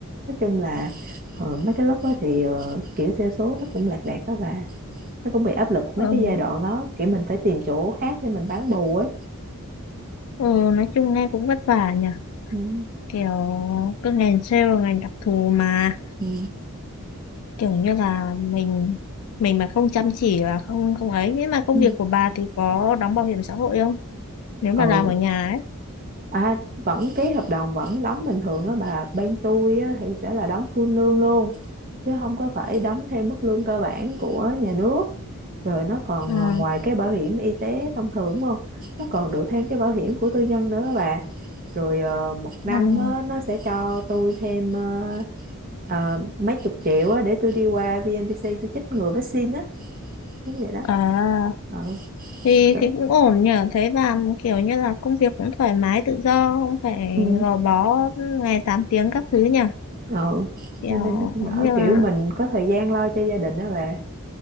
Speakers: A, on the right; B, on the left.
A: nói chung là ờ, mấy cái lúc đó thì ờ, kiểu sale số nó cũng lạc đạc đó bà nó cũng bị áp lực mấy
B: Ừ.
A: cái giai đoạn đó kiểu mình phải tìm chỗ khác để mình bán bù ấy
B: Ừ. nói chung nghe cũng vất vả nhỉ
A: Ừ.
B: kiểu cái ngành sale là ngành đặc thù mà
A: Ừ.
B: kiểu như là mình mình mà không chăm chỉ là không không ấy nhưng mà công
A: Ừ.
B: việc của bà thì có đóng bảo hiểm xã hội không nếu mà
A: ừ
B: làm ở nhà ấy
A: à, vẫn ký hợp đồng vẫn đóng bình thường á bà bên tôi á, thì sẽ là đóng full lương luôn chứ không có phải đóng thêm mức lương cơ bản của nhà nước rồi nó còn
B: à,
A: à, ngoài cái bảo hiểm y tế thông thường đúng không nó còn được thêm cái bảo hiểm của tư nhân nữa á bà rồi ờ, một năm
B: à,
A: á, nó sẽ cho tôi thêm ờ, ờ, mấy chục triệu á, để tôi đi qua VNVC tôi chích ngừa vaccine á đúng vậy đó
B: à,
A: ờ
B: thì
A: đó.
B: thì cũng ổn nhỉ thấy làm kiểu như là công việc cũng thoải mái tự do không phải
A: ừ.
B: gò bó ngày 8 tiếng các thứ nhỉ
A: ừ
B: kiểu
A: cho nên nó cũng đỡ
B: như là
A: kiểu mình có thời gian lo cho gia đình đó bà